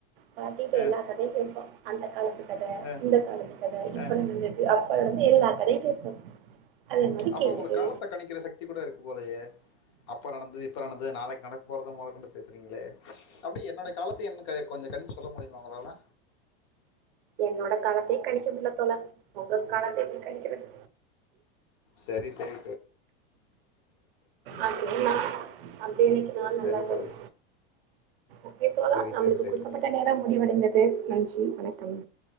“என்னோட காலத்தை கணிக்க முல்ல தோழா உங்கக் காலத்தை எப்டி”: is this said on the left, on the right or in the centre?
Right